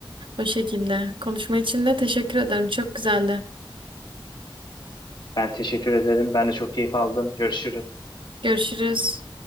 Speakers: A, on the right; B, on the left.
A: O şekilde. Konuşma için de teşekkür ederim. Çok güzeldi.
B: Ben teşekkür ederim. Ben de çok keyif aldım. Görüşürüz.
A: Görüşürüz.